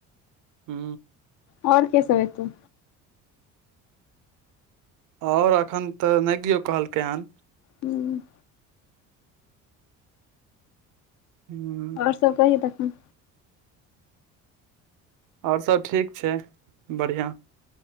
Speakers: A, on the right (about 70°); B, on the left (about 65°).
A: हू
B: आओर के सब अतो
A: ओर एखन तऽ नहि कियओ कहलकै हन
B: हूँ
A: हू
B: आओर सब कहि तखन
A: आओर सब ठीक छै बढ़िआँ